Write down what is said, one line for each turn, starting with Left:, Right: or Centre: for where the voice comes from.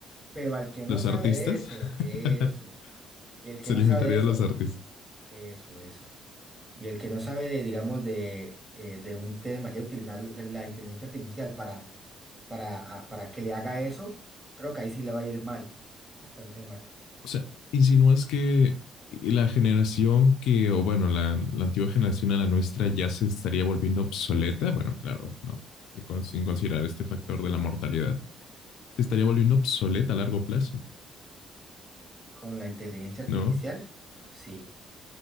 Right: Pero al que no
Left: los
Right: sabe
Left: artistas.
Right: de eso, eso.
Left: <laughs>
Right: Y el que
Left: Se
Right: no
Left: alimentaría
Right: sabe de eso,
Left: de los artistas.
Right: eso, eso. Y el que no sabe de, digamos, de, eh, de un tema, quiere utilizar la la inteligencia artificial para, para, a- para que le haga eso, creo que ahí sí le va a ir mal, bastante mal.
Left: O sea, insinúas que la generación que, o bueno, la, la antigua generación a la nuestra ya se estaría volviendo obsoleta. Bueno, claro, no. Con- Sin considerar este factor de la mortalidad. Se estaría volviendo obsoleta a largo plazo,
Right: Con la inteligencia artificial,
Left: ¿no?
Right: sí,